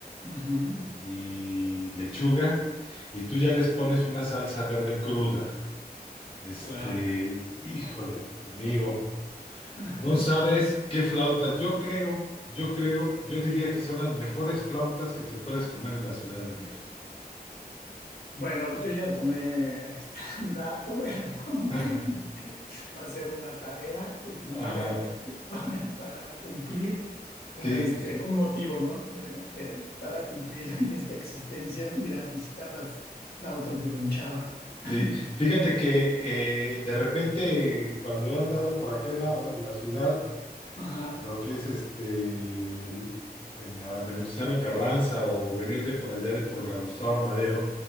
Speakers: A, on the left (about 70°); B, on the left (about 35°).
A: Ujú,
B: y lechuga, y tú ya les pones una salsa verde cruda. Este,
A: claro.
B: híjole, amigo,
A: <laughs>
B: no sabes qué flautas. Yo creo, yo creo, yo diría que son las mejores flautas que te puedes comer en la Ciudad de México.
A: Bueno, yo ya tomé este <laughs> dato, el apunte.
B: <laughs>
A: este, va a ser una tarea, definitivamente,
B: Ajá,
A: <laughs> para cumplir un,
B: sí,
A: este, un motivo, ¿no? De- de- para cumplir en esta existencia, ir a visitar las flautas de Don Chava. <laughs>
B: sí.
A: Este,
B: Fíjate que eh, de repente cuando he andado por aquel lado de la ciudad,
A: ajá.
B: en lo que es este, el- en la Venustiano Carranza o venir de por allá de por la Gustavo Madero,